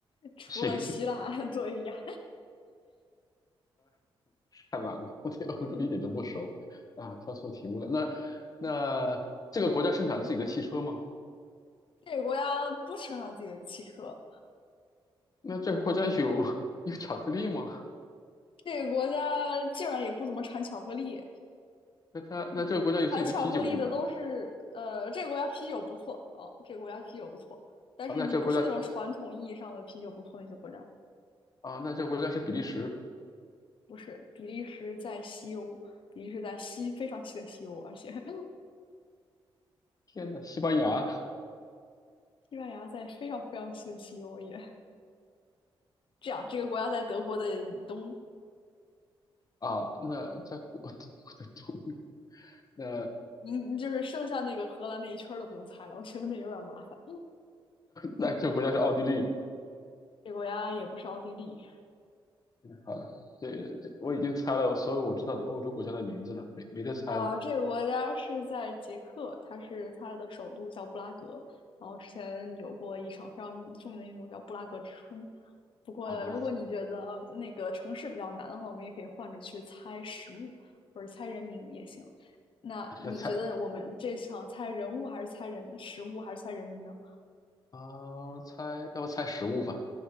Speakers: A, on the left; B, on the left.
A: <laughs> 除了希腊。
B: 行，
A: <laughs> 对呀，
B: 太懒了，我对欧洲一点都不熟啊，挑错题目了。那那这个国家生产自己的汽车吗？
A: 这个国家不生产自己的汽车，
B: 那这个国家有 <laughs> 有巧克力吗？
A: 这个国家基本上也不怎么产巧克力。
B: 那它那这个国家有自己的啤酒品牌
A: 产巧克力的都是，呃，这个国家啤酒不错哦，这个国家啤酒不错，但是你不是那种传统意义上的啤酒不错那些国家，
B: 啊？那这个国家呃啊，那这个国家是比利时。
A: 不是。比利时在西欧，比利时在西非常西的西欧，而且 <laughs>
B: 天呐，西班牙。
A: 西班牙在非常非常西的西欧也这样。这个国家在德国的以东，
B: 啊，那在国 <laughs> 我的同那
A: 您就是剩下那个荷兰那一圈儿都不用猜了，我觉得那有点麻烦。
B: 那这个国家是奥地利。
A: 这个国家也不是奥地利，
B: 好了，这这我已经猜了所有我知道的欧洲国家的名字了，没没得猜了。
A: 啊，这个国家是在捷克，它是它的首都叫布拉格。然后之前有过一场非常著名的运动叫布拉格之春。不过，
B: 啊，
A: 如果你觉得那个城市比较难的话，我们也可以换着去猜食物或者猜人名也行。那你觉得我们这场猜人物还是猜人食物还是猜人名呢？
B: 那猜 <laughs> 啊猜，要不猜食物吧？